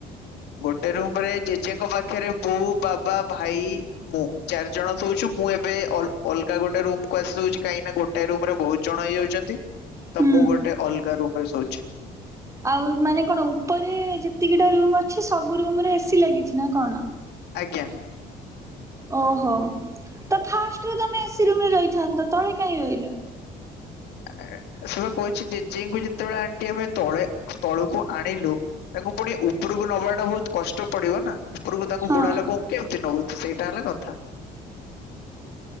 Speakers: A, on the left (about 80°); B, on the right (about 20°).
A: ଗୋଟେ ରୁମ ରେ ଜେଜେଙ୍କ ପାଖରେ ବୋଉ ବାବା ଭାଇ। ମୁଁ ଚାରି ଜଣ ଶଉଛୁ ମୁଁ ଏବେ ଅଲ ଅଲଗା ଗୋଟେ ରୁମକୁୁ ଆସି ସୋଉଛି କାହିଁକି ଗୋଟ୍ ଗୋଟାଏ ରୁମରେ ବହୁତ ଜଣ ହେଇ ଯାଉଛନ୍ତି ତ
B: ହୁଁ।
A: ମୁଁ ଗୋଟେ ଅଲଗା ରୁମ୍ ରେ ଶୋଉଛି।
B: ଆଉ ମାନେ କଣ ଉପରେ ଯେତିକିଟା ରୁମ ଅଛି ସବୁ ରୁମରେ ଏସି ଲାଗିଛି ନା କଣ।
A: ଆଜ୍ଞା।
B: ଓହୋ ତ ଫାଷ୍ଟ ରୁ ତମେ ଏସି ରୁମ ରେ ରହିଥାନ୍ତ ତଳେ କାହିଁ ରହିଲ।
A: ଆ ସେଇ ବା କହୁଛି ଜେଜେଙ୍କୁ ଯେତେବେଳେ ଆଣ୍ଟି ଆମେ ତଳେ ତଳକୁ ଆଣିଲୁ। ତାଙ୍କୁ ପୁଣି ଉପରକୁ ନବା ଟା ବହୁତ କଷ୍ଟ ପଡିବ ନା। ଉପୁରୁକୁ ତାଙ୍କୁ
B: ହଁ
A: ବୁଢ଼ା ଲୋକଙ୍କୁ କେମିତି ନବୁ ତ ସେଇଟା ହେଲା କଥା।